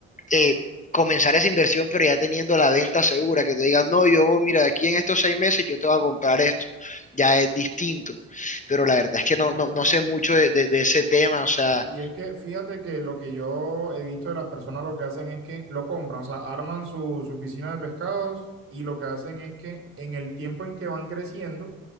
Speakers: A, on the left; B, on the right.
A: eh, comenzar esa inversión, pero ya teniendo la venta segura, que te digan, no, yo, mira, de aquí en estos seis meses yo te voy a comprar esto. Ya es distinto. Pero la verdad es
B: Exacto.
A: que no, no, no sé mucho de, de- de ese tema. O sea,
B: Y y es que fíjate que lo que yo he visto de las personas lo que hacen es que lo compran, o sea, arman su, su piscina de pescados y lo que hacen es que en el tiempo en que van creciendo,